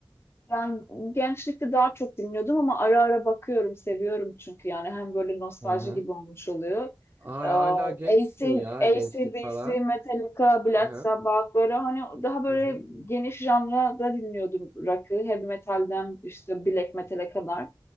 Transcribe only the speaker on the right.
Aha.
Ay
hala gençsin ya
gençlik falan.
Hı hı.
Hı hı.